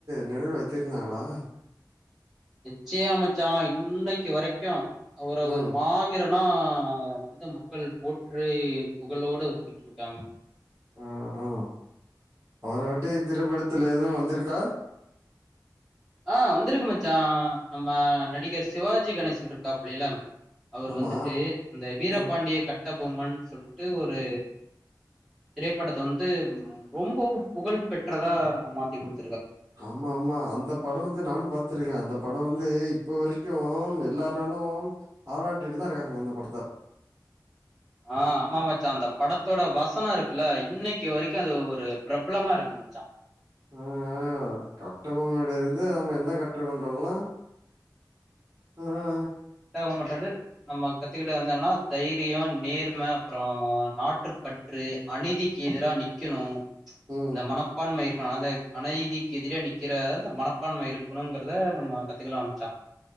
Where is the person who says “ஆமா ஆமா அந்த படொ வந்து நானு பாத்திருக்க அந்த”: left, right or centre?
Right